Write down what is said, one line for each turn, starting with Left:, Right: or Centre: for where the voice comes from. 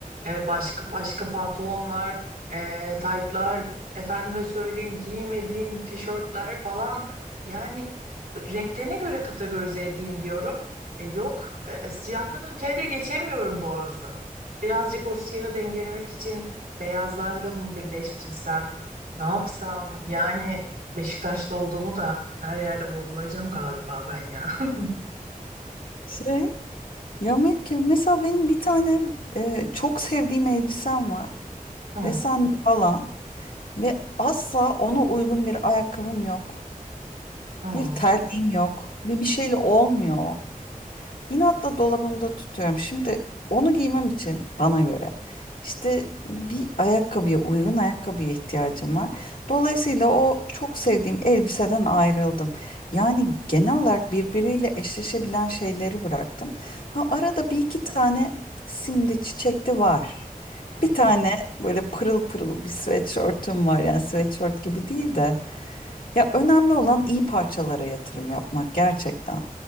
Right: E, başka başka pantolonlar, e, taytlar, efendime söyleyeyim giymediğim tişörtler falan. Yani renklerine göre kategorize edeyim diyorum. E, yok, e, siyahtan öteye de geçemiyorum doğrusu. Birazcık o siyahı dengelemek için beyazlarla mı birleştirsem, ne yapsam? Yani Beşiktaşlı olduğumu da her yerde vurgulayacağım galiba ben ya. <laughs>
Left: şey. Ya Melike mesela benim bir tane e, çok sevdiğim elbisem var.
Right: Hı,
Left: Desenli falan ve asla ona uygun bir ayakkabım yok.
Right: hı,
Left: Bir terliğim yok. Bir bir şeyle olmuyor. İnatla dolabımda tutuyorum. Şimdi onu giymem için bana göre işte bir ayakkabıya uygun ayakkabıya ihtiyacım var. Dolayısıyla o çok sevdiğim elbiseden ayrıldım. Yani genel olarak birbiriyle eşleşebilen şeyleri bıraktım. Ha, arada bir iki tane simli çiçekli var.
Right: hı.
Left: Bir tane böyle pırıl pırıl bir sweatshirt'üm var. Yani sweatshirt gibi değil de. Ya önemli olan iyi parçalara yatırım yapmak gerçekten.